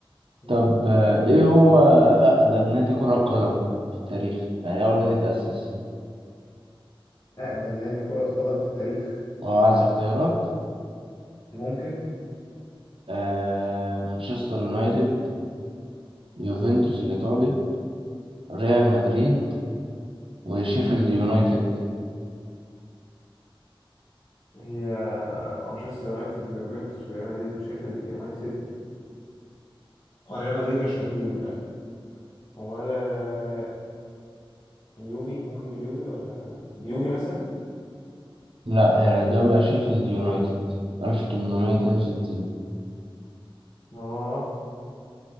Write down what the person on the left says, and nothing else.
مم.
أقدم نادي كرة قدم في التاريخ
ممكن
هي مانشستر يونايتد ويوفنتوس وريال مدريد وشيفيلد يونايتد هو ريال مدريد مش قديم لأ ولا اليوفي ممكن اليوفي ولا اليوفي مثلا
اه